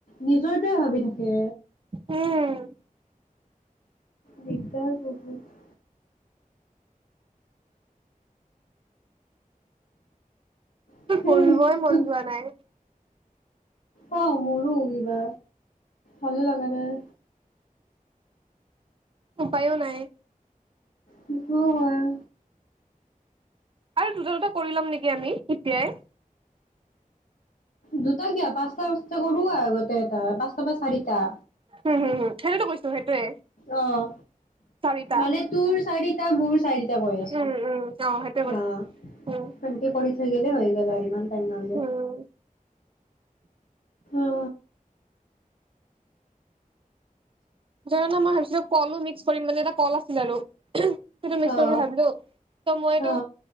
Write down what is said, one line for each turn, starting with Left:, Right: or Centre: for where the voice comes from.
Left: নিজৰটোয়ে ভাবি থাকে।
Right: উম।
Left: দিগদাৰ বহুত। বহুত
Right: মোৰ পঢ়িবই মন যোৱা নাই।
Left: অ', মোৰো কিবা ভালে লাগা নাই।
Right: উপায়ো নাই।
Left: হেটোও হয়।
Right: আৰু দুটা-দুটা কৰি ল'ম নেকি আমি এতিয়াই।
Left: দুটা কিয়? পাঁচটা-পাঁচটা কৰোঁ আগত। <unintelligible> পাঁচটা বা চাৰিটা।
Right: হম হম হম সেইটোতো কৈছো সেইটোয়ে
Left: অ',
Right: চাৰিটা
Left: মানে তোৰ চাৰি টা, মোৰ চাৰিটা। এয়া গৈ আছো
Right: উম উম অ সেইটোয়ে কৈছো
Left: আহ
Right: উম
Left: ভে্তি কৰি থৈ গিলে হৈ গ আৰু ইমান টাইম নালাগে
Right: উম
Left: অ
Right: ধ মই ভাবিছো কলো মিক্স কৰিম মানে এ কল আছিল আৰু সেইটো মিছ
Left: অ তাকে
Right: বুলি ভাবিলো ত মইতটো
Left: অ অ